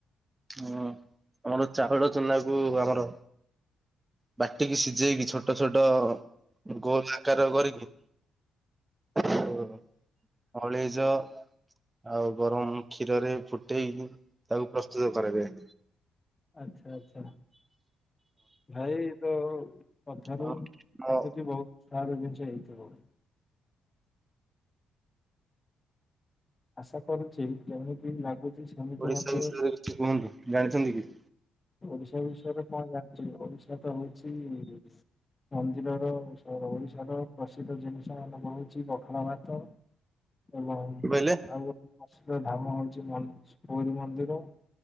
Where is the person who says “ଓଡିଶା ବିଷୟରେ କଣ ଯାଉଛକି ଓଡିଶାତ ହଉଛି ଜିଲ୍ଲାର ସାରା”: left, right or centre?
Left